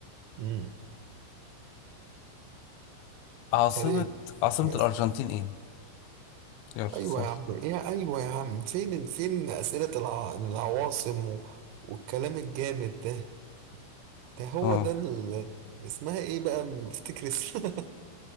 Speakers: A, on the right; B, on the left.
A: امم
B: عاصمة
A: يا ريت
B: عاصمة
A: بس
B: الأرجنتين إيه؟ يلا سهل
A: ايوه يا عم إيه يا ايوه يا عم فين فين اسئله الع... العواصم و... والكلام الجامد ده ده هو
B: آه,
A: ده ال... اسمها ايه بقى بفتكر اسمها